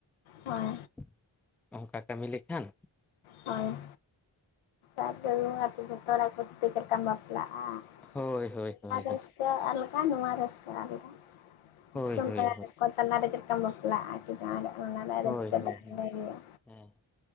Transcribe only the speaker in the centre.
<unintelligible> ᱚᱝᱠᱟ ᱠᱟᱹᱢᱤ ᱞᱮᱠᱷᱟᱱ
ᱦᱳᱭ ᱦᱳᱭ ᱦᱳᱭ ᱦᱳᱭ
ᱦᱳᱭ
ᱦᱳᱭ
ᱦᱳᱭ
ᱦᱳᱭ
ᱦᱮᱸ